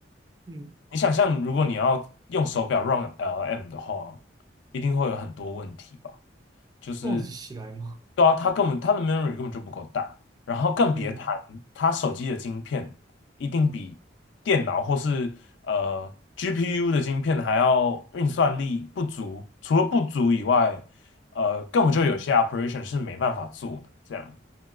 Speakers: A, on the right (about 20°); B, on the left (about 75°).
A: 嗯，
B: 你想象，如果你要用手表 run LM 的话，一定会有很多问题吧？就是，
A: 忘得起来吗？
B: 对啊，它根本它的 memory 根本就不够大，然后更别谈它手机的晶片一定比电脑或是呃
A: 嗯
B: GPU 的晶片还要运算力不足，除了不足以外，呃，根本就有些
A: 嗯
B: operation 是没办法做的，这样。